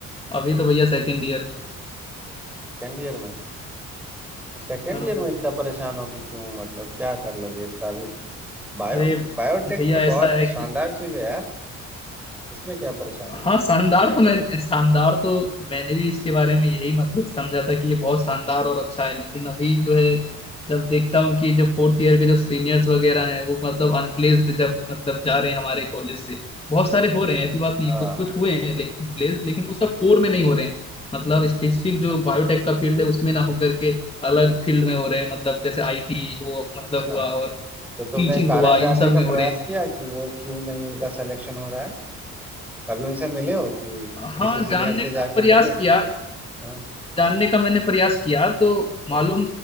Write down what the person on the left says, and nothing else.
अभी तो भैया सेकेंड ईयर में
हूँ हाँ
भैया
अरे
भैया
ऐसा है
कि
हाँ शानदार तो मैं शानदार तो मैंने भी इसके बारे में यही मतलब समझा था कि ये बहुत शानदार और अच्छा है लेकिन अभी जो है जब देखता हूँ कि जब फोर्थ ईयर के जो सीनियर्स वगैरह हैं वो मतलब अनप्लेस्ड जब मतलब जा रहे हैं हमारे कॉलेज से बहुत सारे हो रहे हैं ऐसी बात नहीं
कुछ कुछ हुए हैं लेकिन प्लेस्ड लेकिन वो सब कोर में नहीं हो रहे हैं मतलब स्पेसिफिक जो
बायोटेक
का फील्ड है उसमें ना होकर के अलग फील्ड में हो रहे हैं मतलब जैसे आईटी हो मतलब
हुआ और
टीचिंग
हुआ
इन सब
में हो
रहे हैं
हाँ
जानने
का
प्रयास
किया
जानने का मैंने प्रयास किया तो मालूम